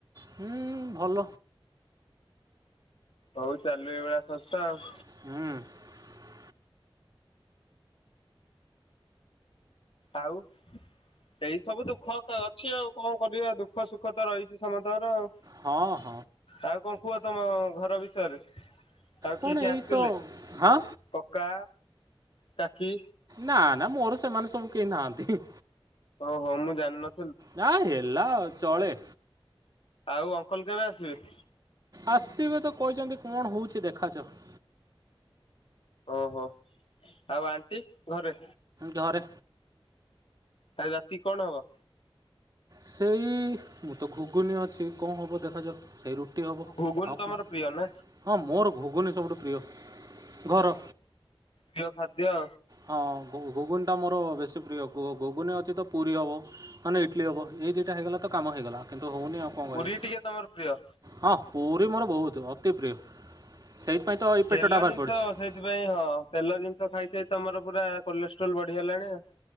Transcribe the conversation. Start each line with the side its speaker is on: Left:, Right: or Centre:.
Right: ହୁଁ ଭଲ
Left: ହଉ ଚାଲୁ ଏଇ ଭଳିଆ ଶସ୍ତା ଆଉ।
Right: <inaudible>
Left: ଆଉ ଏଇ ସବୁ ଦୁଃଖ ଅଛି ଆଉ କଣ କରିବା ଦୁଃଖ ସୁଖ ତ ରହିଛି ସମସ୍ତଙ୍କର ଆଉ।
Right: ହଁ।
Left: ଆଉ କଣ କୁହ ତମ ଘର ବିଷୟରେ ଆଉ
Right: କଣ
Left: କିଏ କିଏ
Right: ଏଇ
Left: ଆସିଥିଲେ
Right: ତ ହଁ
Left: କକା କାକି
Right: ନା ନା ମୋରି ସେମାନେ ସବୁ କେହି ନାହାନ୍ତି।
Left: ହଉ ହଉ ମୁଁ ଜାଣିନି।
Right: ନାଁ ହେଲା ଆଉ ଚଳେ।
Left: ଆଉ ଅଙ୍କଲ କେବେ ଆସିବେ?
Right: ଆସିବେ ତ କହିଛନ୍ତି କଣ ହଉଛି ଦେଖାଯାଉ?
Left: ଓହୋ। ଆଉ ଆଣ୍ଟି ଘରେ।
Right: ଘରେ।
Left: କାଲି ରାତି କଣ ହବ?
Right: ସେଇ ମୁଁ ତ ଘୁଗୁନି ଅଛି କଣ ହେବ ଦେଖାଯାଉ? ଟି ହେବ
Left: ଘୁଗୁନି
Right: ଆଉ
Left: ତମର
Right: କଣ
Left: ପ୍ରିୟ ନା
Right: ହଁ ମୋର ଘୁଗୁନୀ ସବୁଠୁ ପ୍ରିୟ। ଘର
Left: ପ୍ରିୟ ଖାଦ୍ୟ ଆ
Right: ହଁୁ ଟା ମୋର ବେଶୀ ପ୍ରିୟ ଘୁଗୁନି ଅଛି ତ ପୁରୀ ହବ ମାନେ ଇଟଲି ହବ ଏ ଦିଟା ହେଇଗଲା ତ କାମ ହେଇଗଲା ହଉନି ଆ--ଉ କଣ କରିବି
Left: ପୁରୀ ଟିକେ ତମର ପ୍ରିୟ।
Right: ହଁ ପୁରୀ ମୋର ବହୁତ ଅତି ପ୍ରିୟ। ସେଇଥିପାଇଁ ତ ଏଇ ପେଟଟା
Left: ତେଲ
Right: ବାହାରି
Left: ଜିନିଷ
Right: ପଡ଼ୁଛି
Left: ସେଇଥିପାଇଁ ହଁ ତେଲ ଜିନିଷ ଖାଇକି ତମର ପୁରା କଲେଷ୍ଟ୍ରୋଲ ବଢି଼ଗଲାଣି ଆଉ।